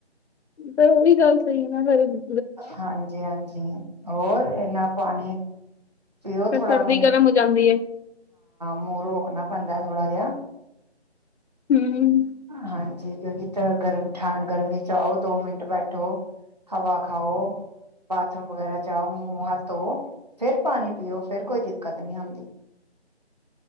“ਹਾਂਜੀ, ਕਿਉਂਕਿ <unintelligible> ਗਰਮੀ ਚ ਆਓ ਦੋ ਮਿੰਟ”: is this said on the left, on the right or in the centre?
Right